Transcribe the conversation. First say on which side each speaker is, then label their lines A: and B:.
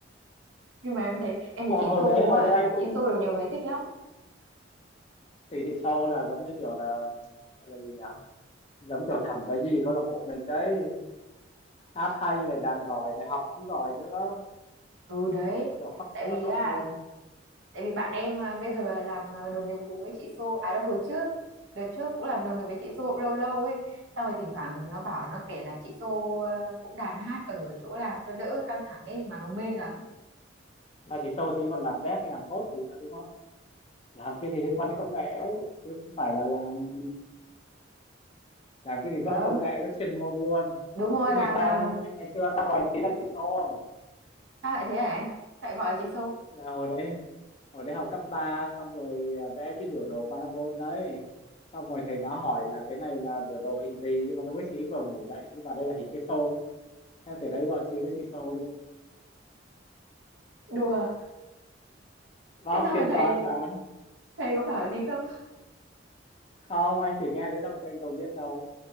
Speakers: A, on the right (about 85°); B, on the left (about 30°).
A: nhưng mà em thấy em thấy
B: ờ,
A: chị
B: hồi
A: Xô
B: đấy hồi
A: à
B: đấy anh cũng
A: chị Xô được nhiều người thích lắm
B: thì thì sâu là giống như kiểu là gọi là gì nhỉ giống kiểu thẩm đấy gì câu lạc bộ mình đấy hát hay này đàn giỏi này học cũng giỏi nữa
A: ừ đấy
B: kiểu hot
A: tại
B: girl
A: vì
B: hot
A: à
B: girl
A: tại vì bạn em à, bây giờ là làm à, đồng nghiệp cùng với chị Xô à đâu hồi trước đợt trước cũng làm đồng nghiệp với chị Xô cũng lâu lâu ấy xong rồi thỉnh thoảng nó bảo nó kể là chị Xô à, cũng đàn hát ở chỗ làm cho đỡ căng thẳng ấy mà nó mê lắm
B: mà chỉ tôi thì còn làm dev hay làm code gì nữa đúng không làm cái gì liên quan đến công nghệ ấy, chứ không phải là làm làm cái gì
A: vâng
B: rất công nghệ rất chuyên môn luôn
A: đúng rồi
B: biết
A: làm
B: ngày sau
A: làm
B: biết ngày xưa tao gọi chị là CISO không
A: Sao lại thế hả anh? Tại gọi là chị Xô.
B: là hồi đấy hồi đấy học cấp 3 xong rồi à, vẽ cái biểu đồ parabol đấy xong rồi thầy giáo hỏi là cái này là biểu đồ hình gì nhưng mà lúc ấy chị vừa ngủ dậy chị vào đây là hình cái xô thế từ đấy gọi chị là chị tô luôn
A: đùa
B: và
A: thế
B: học
A: sao
B: chuyên
A: mà thầy
B: toán mà không
A: thầy có bảo gì không
B: Không, anh chỉ nghe đến đâu cho anh đầu biết đâu